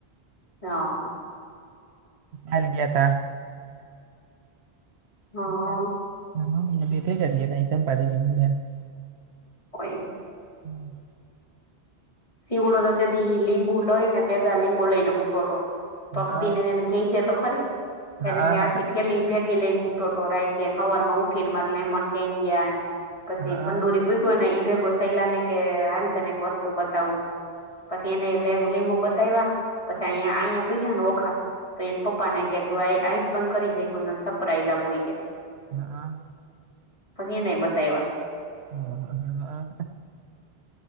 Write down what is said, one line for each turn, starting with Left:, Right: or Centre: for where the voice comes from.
Left: હા.
Right: હાલ ગયા તા.
Left: હા
Right: <inaudible>
Left: હોય.
Right: હમ.
Left: સીવડો તો તેથી લીંબુ લઈ ને પેદા લીંબુ લઈ ને હુંતો તો,
Right: ન્યા
Left: ભક્તિ ને એને કેઈ જે તો ખરી
Right: હા
Left: એને કે
Right: હા
Left: આખી
Right: હા
Left: ઠેલી ભેગી લઈ ને હું તો રાઈ તેલ હવારમાં ઉઠી ને મારા લેમન કઈ ગયા ને પછી
Right: હા
Left: ભંડોરી ભીગો ને ઈ ભે બેસૈલા ને કે હાલ તને એક વસ્તુ બતા બતાવું પછી એને એ લીંબુ બતાવ્યા પછી આયા આયા ગયા ને ઓખા તો એને પપ્પા ને કે, તું આઈસ બંધ કરી જાયને સરપ્રાઈઝ આપ ઈ કેય
Right: હા.
Left: પછી એનેય બતાયવા.
Right: હ-હ-હા-હા.